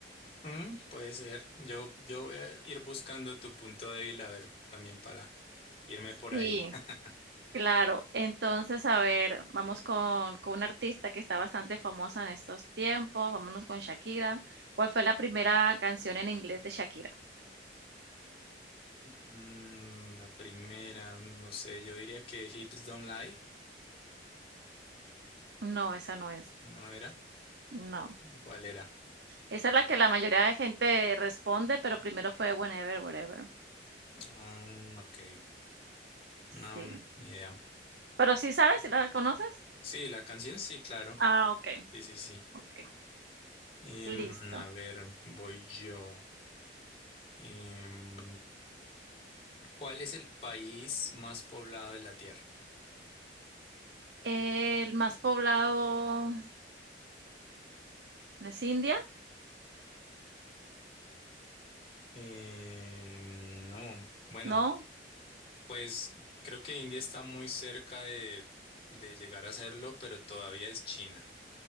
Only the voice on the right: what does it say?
Sí.
Claro, entonces, a ver, vamos con con una artista que está bastante famosa en estos tiempos, vámonos con Shakira. ¿Cuál fue la primera canción en inglés de Shakira?
No, esa no es,
no.
Esa es la que la mayoría de gente responde, pero primero fue Whenever, Whatever.
Sí,
pero, ¿sí sabes, si la conoces?
Ah, okey,
okey,
listo.
El más poblado, ¿no es India?
¿No?